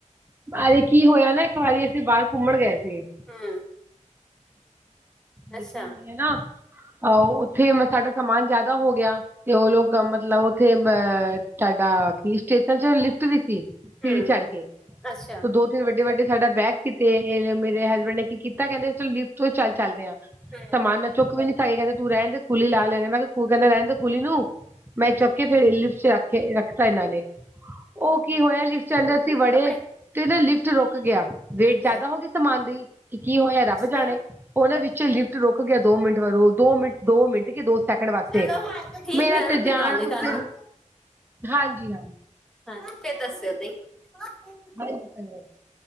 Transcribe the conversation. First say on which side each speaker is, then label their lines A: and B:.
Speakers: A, on the right (about 15°); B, in the centre.
A: ਅਰੇ ਕੀ ਹੋਏਆ ਨਾ ਇੱਕ ਵਾਰੀ ਅਸੀਂ ਬਾਰ ਘੁੰਮਣ ਗਏ ਸੀਗੇ
B: ਹੂੰ ਅੱਛਾ
A: ਲਿਖਿਆ ਈ ਆ। ਹੈਨਾ, ਅਹ ਓੱਥੇ ਮ ਸਾਡਾ ਸਮਾਨ ਜਾਦਾ ਹੋ ਗੇਆ ਤੇ ਓ ਲੋਗ ਮਤਲਬ- ਤੇ ਮ ਤਾਡਾ ਕੀ ਸਟੇਸ਼ਨ ਚ ਲਿਫਟ ਵੀ ਸੀ ਸੀੜੀ
B: ਹੂੰ
A: ਚੜ ਕੇ।
B: ਅੱਛਾ।
A: ਦੋ ਤੇ ਵੱਡੇ -ਵੱਡੇ ਸਾਡਾ ਬੈਗ ਸੀ ਤੇ ਏ ਮੇਰੇ ਹਸਬੈਂਡ ਨੇ ਕੀ ਕੀਤਾ ਕੇਂਦੇ ਲਿਫਟ ਤੋਂ ਚੱਲ-ਚਲਦੇ ਆ
B: ਹੂੰ
A: ਸਮਾਨ ਮੈਂ ਚੁੱਕ ਵੀ ਨੀ ਸਕਦੀ ਕੇਂਦੇ ਤੂੰ ਰੈਣ ਦੇ ਕੁਲੀ ਲਾ ਲੇਆ, ਮੈ ਕੇਆ, ਕੇਂਦੇ ਰੈਣ ਦੇ ਕੁੱਲੀ ਨੂੰ ਮੈਂ ਚੁੱਕ ਕੇ ਫੇਰ ਲਿਪਸ'ਚ ਰੱਖਕੇ, ਰੱਖਤਾ ਇਹਨਾਂ ਨੇ। ਉਹ ਕੀ ਹੋਇਆ ਲਿਫਟ 'ਚ ਜਦ ਅਸੀਂ ਵੜੇ-
B: ਕੱਪੜੇ
A: ਤੇ ਇਹਦਾ ਲਿਫਟ ਰੁਕ ਗਿਆ, ਵੇਟ
B: ਹਾਂਜੀ
A: ਜ਼ਿਆਦਾ ਹੋ ਗਈ ਸਮਾਨ ਦੀ, ਕਿ, ਕੀ ਹੋਇਆ
B: ਅੱਛਾ
A: ਰੱਬ ਜਾਣੇ ਉਹਨਾਂ ਵਿੱਚ- ਲਿਫਟ ਰੁਕ ਗਿਆ ਦੋ ਮਿੰਟ ਵਰੂ ਦੋ ਮਿੰਟ, ਦੋ ਮਿੰਟ ਕੀ ਦੋ ਸੈਂਕੜ ਵਾਸਤੇ।
B: ਚਲੋ ਠੀਕ
A: ਮੇਰਾ
B: ਹੈ
A: ਤੇ
B: ਨਾ ਫਿਰ
A: ਜਾਣ
B: ਲਾਉਂਦੇ
A: ਉੱਤੇ,
B: ਤੁਹਾਨੂੰ
A: ਹਾਂਜੀ।
B: ਹਾਂਜੀ, ਫਿਚ ਦੱਸਿਓ ਤੁਹੀ।
A: ਹਾਏ